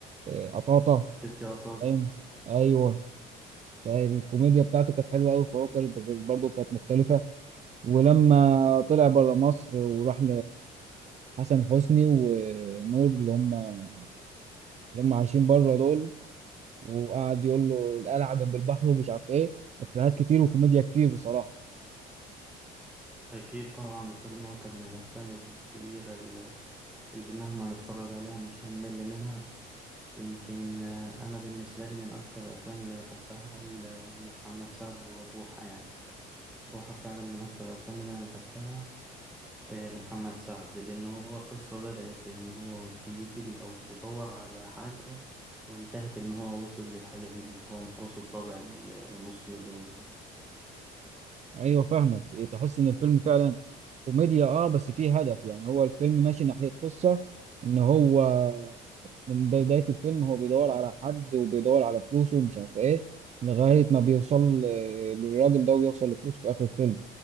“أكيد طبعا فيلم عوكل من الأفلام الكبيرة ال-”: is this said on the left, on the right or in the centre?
Centre